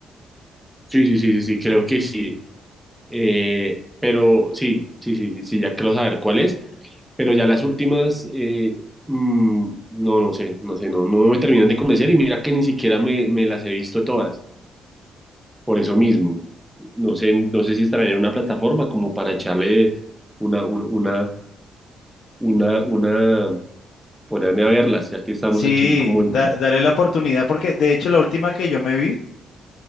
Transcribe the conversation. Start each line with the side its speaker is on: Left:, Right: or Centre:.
Centre: sí, sí, sí, sí, sí, creo que sí. Eh, pero sí, sí, sí, sí, sí, ya quiero saber cuál es. Pero ya las últimas, eh, mm, no, no sé, no sé, no, no me terminan de convencer y mira que ni siquiera me, me las he visto todas, por eso mismo. No sé, no sé si estará en una plataforma como para echarle una, una, una, una, una- ponerme a verlas, ya que estamos
Left: Sí,
Centre: aquí como en...
Left: da- dale la oportunidad porque de hecho la última que yo me vi